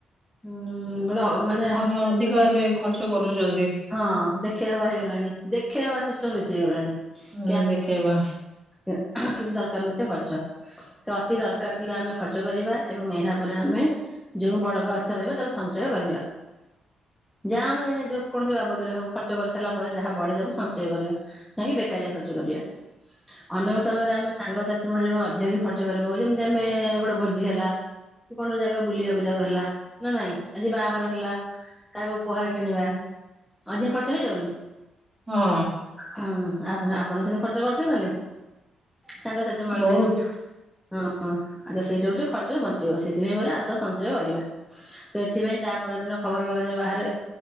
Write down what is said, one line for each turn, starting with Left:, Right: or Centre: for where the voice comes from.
Centre: ଉଁ ଉଁ ଉଁ <unintelligible> ମାନେ
Right: ଏବେ
Centre: ହମ୍,
Right: ଅଧିକ ଏବେ ଖର୍ଚ୍ଚ କରୁଛନ୍ତି।
Centre: ହଁ ଦେଖେଇ ହବା ହେଇଗଲାଣି, ଦେଖେଇ ହବା ସିଷ୍ଟମ୍ ବେଶି ହେଇଗଲାଣି,
Right: ହୁଁ
Centre: କି
Right: ଦେଖେଇବା
Centre: <inaudible> କିଛି ଦରକାର ନଥିବ ଖର୍ଚ୍ଚ, ତ ଅତି ଦରକାର ଥିଲେ ଆମେ ଖର୍ଚ୍ଚ କରିବା ଏବଂ ଏହା ପରେ ଆମେ ଯୋଉ ବଳଗା ଅ <inaudible> ରହିବ ତାକୁ ସଞ୍ଚୟ କରିବା, ଯାହା ଆମେ ଯେ କୌଣସି ବାବଦରେ ହଉ ଖର୍ଚ୍ଚ କରିସାରିଲା ପରେ ଯାହା ବଳେ ତାକୁ ସଞ୍ଚୟ କରିବା, ନାଇକି ବେକାରିଆ ଖର୍ଚ୍ଚ କରିବା, ଅନେକ ସମୟରେ ଆମେ ସାଙ୍ଗସାଥି ମେଳରେ ଅଧିକ ବି ଖର୍ଚ୍ଚ କରିପକଉ ଯେମିତି ଆମେ ଗୋଟେ ଭୋଜି ହେଲା କି କୌଣସି ଜାଗାକୁ ବୁଲିବାକୁ ଯାଉ ହେଲା। ନା ନାଇଁ? ଆଜି ବାହାଘର ହେଲା କାହା ପାଇଁ ଉପହାର କିଣିବା, ଅଧିକା ଖର୍ଚ୍ଚ ହେଇଯାଉନି?
Right: ହଁ
Centre: ହୁଁ ଆପ ଆପଣ ସେମିତି ଖର୍ଚ୍ଚ କରୁଚ ନା ନାଇଁ? ସାଙ୍ଗସାଥି ମେଳରେ,
Right: ବହୁତ
Centre: ହଁ। ହଁ ଆଉ ତ ସେଇଟା ଗୋଟେ ଖର୍ଚ୍ଚରୁ ବଞ୍ଚେଇବ ସେଥିପାଇଁ କହୁଚି ଆସ ସଞ୍ଚୟ କରିବା। ତ ଏଥିପାଇଁ ତା ପରଦିନ। ଖବର କାଗଜରେ ବାହାରେ,